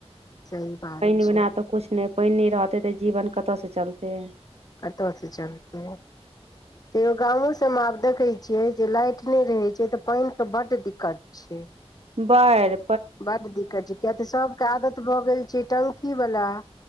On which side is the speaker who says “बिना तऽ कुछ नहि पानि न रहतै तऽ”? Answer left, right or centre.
Right